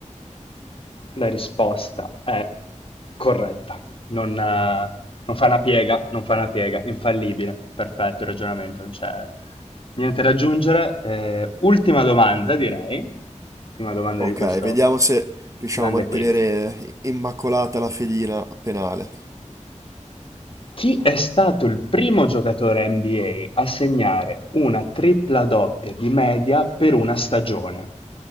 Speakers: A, on the left (about 45°); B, on the right (about 25°).
A: La risposta è corretta, non, eh, non fa una piega, non fa una piega, infallibile, perfetto il ragionamento, non c'è niente da aggiungere. Eh, ultima domanda, direi, ultima domanda
B: Ok,
A: di questo
B: vediamo se riusciamo
A: grande
B: a mantenere
A: quiz.
B: immacolata la fedina penale.
A: Chi è stato il primo giocatore NBA a a segnare una tripla doppia di media per una stagione?